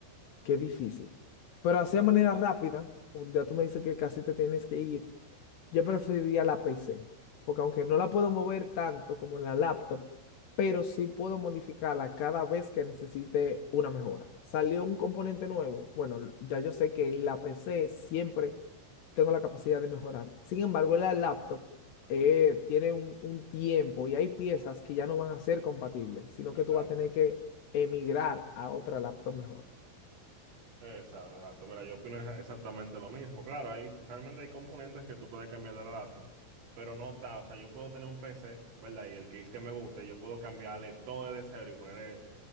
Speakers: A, on the left; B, on the right.
A: qué difícil. Pero así de manera rápida, O ya tú me dices que casi te tienes que ir. Yo preferiría la PC, porque aunque no la puedo mover tanto como en la laptop, pero sí puedo modificarla cada vez que necesite una mejora. Salió un componente nuevo. Bueno, ya yo sé que en la PC siempre tengo la capacidad de mejorar. Sin embargo, en la laptop eh, tiene un, un tiempo y hay piezas que ya no van a ser compatibles, sino
B: Exacto.
A: que tú vas a tener que emigrar a otra laptop mejor.
B: Exacto, exacto. Mira, yo opino exactamente lo mismo. Claro, hay, realmente hay componentes que tú puedes cambiar de la laptop, pero no está. O sea, yo puedo tener un PC, ¿verdad? Y el case que me guste, yo puedo cambiarle todo de cero y ponerle, o